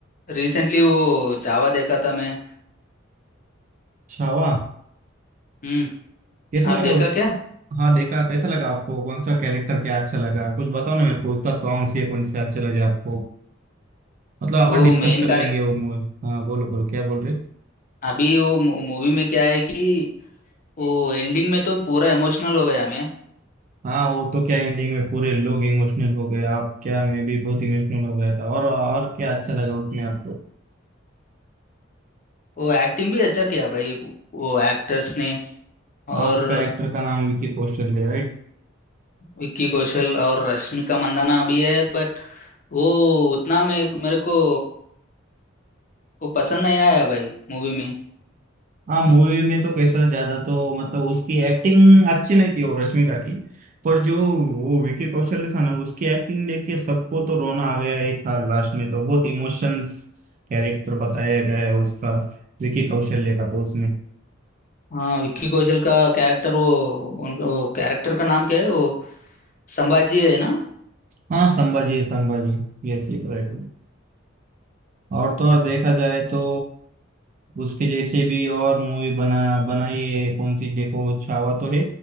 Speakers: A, on the left (about 40°); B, on the right (about 40°).
A: रिसेंटली वो चावा देखा था मैं
B: छावा
A: हम्म
B: कैसा
A: आप
B: लगा
A: देखा
B: उस
A: क्या
B: हाँ देखा कैसा लगा आपको कौन सा कैरेक्टर क्या अच्छा लगा कुछ बताओ ना मेरे को उसका सॉन्ग्स ये कौन से अच्छे लगे आपको मतलब
A: वो
B: अपन डिस्कस
A: मेन
B: कर लेंगे
A: कारक
B: वो मूवी हाँ बोलो बोलो क्या बोल रहे
A: अभी वो मूवी में क्या है कि वो एंडिंग में तो पूरा इमोशनल हो गया मैं
B: हाँ वो तो क्या एंडिंग में पूरे लोग इमोशनल हो गए आप क्या मैं भी बहुत इमोशनल हो गया था और और क्या अच्छा लगा उसमें आपको
A: वो एक्टिंग भी अच्छा किया भाई वो एक्टर्स ने
B: हाँ
A: और
B: उसका एक्टर का नाम विकी कौशल है right?
A: विक्की कौशल और रश्मिका मंदाना भी है बट वो उतना मे मेरे को वो पसंद नहीं आया भाई मूवी में
B: हाँ मूवी में तो कैसा ज्यादा तो मतलब उसकी एक्टिंग अच्छी नहीं थी वो रश्मिका की पर जो वो विकी कौशल था ना उसकी एक्टिंग देख के सबको तो रोना आ गया ही था लास्ट में तो बहुत इमोशंस कैरेक्टर बताया गया है उसका विकी कौशल्य का तो उसमें
A: हाँ विक्की कौशल का कैरेक्टर वो उनका वो कैरेक्टर का नाम क्या है वो संभाजी है ना
B: हाँ संभाजी है संभाजी Yes yes right और तो और देखा जाए तो उसके जैसे भी और मूवी बना बनाई है कौन सी देखो छावा तो है